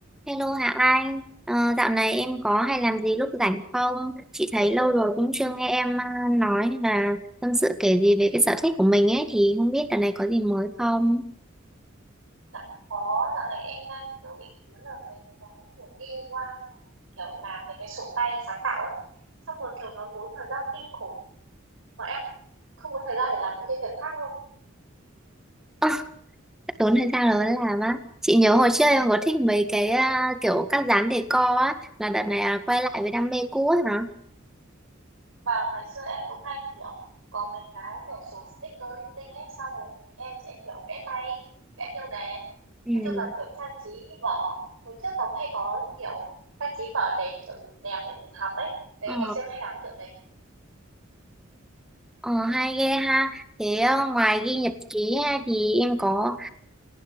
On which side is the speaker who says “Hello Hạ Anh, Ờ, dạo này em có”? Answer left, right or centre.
Centre